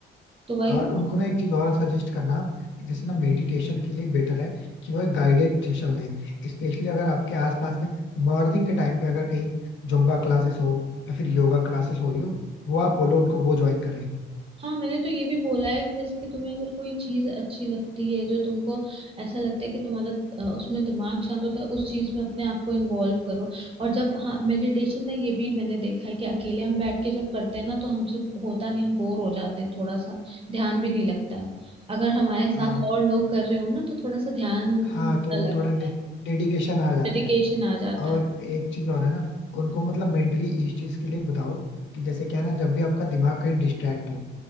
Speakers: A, on the right; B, on the left.
A: तो वही
B: और उनको ना एक चीज और सजेस्ट करना आप कि जैसे ना मेडिटेशन के लिए बेटर है कि वह गाइडेड सेशन ले स्पेशली अगर आपके आसपास में मॉर्निंग के टाइम पे अगर कहीं जुम्बा क्लासेस हो या फिर योगा क्लासेस हो रही हो वो आप बोलो उनको वो ज्वाइन करें
A: हाँ मैंने तो ये भी बोला है कि जैसे कि तुम्हें अगर कोई चीज अच्छी लगती है जो तुमको ऐसा लगता है कि तुम्हारा अ, उसमें दिमाग शांत होता है उस चीज में अपने आप को इन्वॉल्व करो और जब हाँ मेडिटेशन ना ये भी मैंने देखा है कि अकेले हम बैठ के जब करते हैं ना तो हमसे होता नहीं हम बोर हो जाते हैं थोड़ा सा ध्यान भी नहीं लगता है अगर हमारे साथ
B: हाँ
A: और लोग कर रहे हो ना तो थोड़ा सा ध्यान
B: हाँ
A: सा
B: तो
A: लगता
B: वो थोड़ा डे,
A: है
B: डेडिकेशन आ जाता
A: डेडिकेशन
B: है
A: आ जाता
B: और
A: है
B: एक चीज और है ना उनको मतलब मेंटली इस चीज के लिए बताओ कि जैसे क्या है ना जब भी आपका दिमाग कहीं डिस्ट्रैक्ट हो